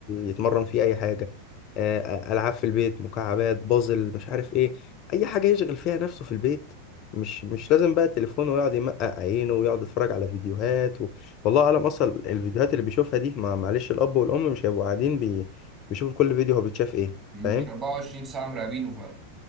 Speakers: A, on the left; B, on the right.
A: يتمرن فيه أي حاجة آه، آه، ألعاب في البيت مكعبات بازل مش عارف إيه أي حاجة يشغل فيها نفسه في البيت مش مش لازم بقى تليفونه ويقعد يمقق عينه ويقعد يتفرج على فيديوهات و... والله أعلم أصلا الفيديوهات اللي بيشوفها دي ما معلش الأب والأم مش هيبقوا قاعدين بي... بيشوفوا كل فيديو هو بيتشاف إيه
B: مش
A: فاهم
B: 24 ساعه مراقبينه فعلا